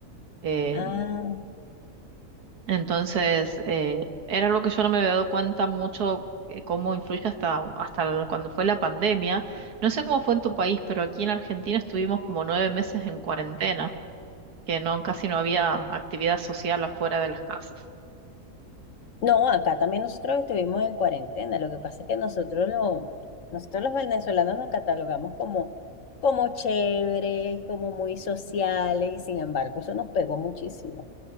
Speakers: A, on the right; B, on the left.
A: Eh,
B: Ah,
A: entonces, eh, era algo que yo no me había dado cuenta mucho eh, cómo influye hasta, hasta la- cuando fue la pandemia. No sé cómo fue en tu país, pero aquí en Argentina estuvimos como nueve meses en cuarentena, que no, casi no había actividad social afuera de las casas.
B: No, acá también nosotros estuvimos en cuarentena. Lo que pasa es que nosotros, lo, nosotros los venezolanos nos catalogamos como, como chéveres, como muy sociales, y sin embargo, eso nos pegó muchísimo.